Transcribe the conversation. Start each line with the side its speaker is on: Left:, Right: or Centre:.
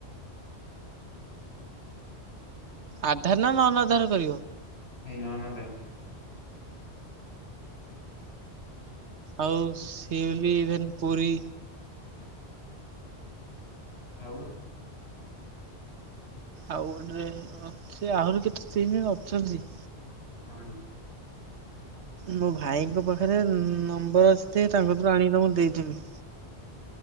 Right: ଆଧାର ନା ନନ ଆଧାର ରେ କରିବ?
Left: ନାଇଁ ନନ୍ ଆଧାର।
Right: ଆଉ <unintelligible> ଇଭେନ୍ ପୁରୀ।
Left: ଆଉ?
Right: ଆଉ ଗୋଟେ ଅଛି ଆହୁରି କେତେ ଟିମ ଅଛନ୍ତି।
Left: ଅଁ ଇ।
Right: ମୋ ଭାଇଙ୍କ ପାଖରେ ନମ୍ବର ଅଛି ଯେ ତାଙ୍କଠାରୁ ଆଣି କି ତମକୁ ଦେଇଦେବି।